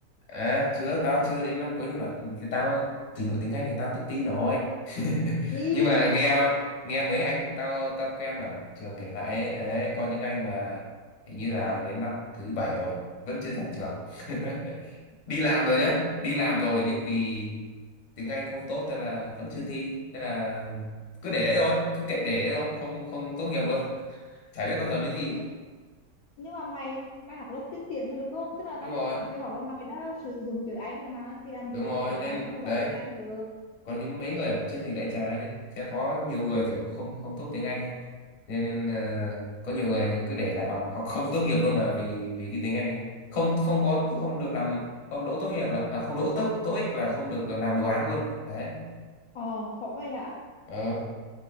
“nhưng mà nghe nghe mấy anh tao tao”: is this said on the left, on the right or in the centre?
Left